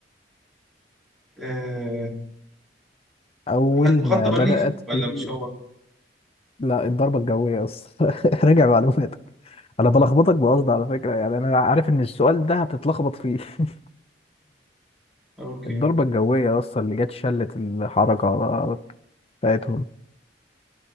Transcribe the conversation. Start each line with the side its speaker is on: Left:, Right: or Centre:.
Centre: آه
Left: أول
Centre: حد مخطط
Left: ما
Centre: برليف
Left: بدأت
Centre: ولا
Left: به
Centre: مش هو
Left: لا الضربة الجوية أصلا <laughs> راجع معلوماتك أنا بلخبطك بقصد على فكرة يعني أنا عارف إن السؤال ده هتتلخبط فيه <laughs>
Centre: اوكي
Left: الضربة الجوية أصلا اللي جت شلت الحركة على- بتاعتهم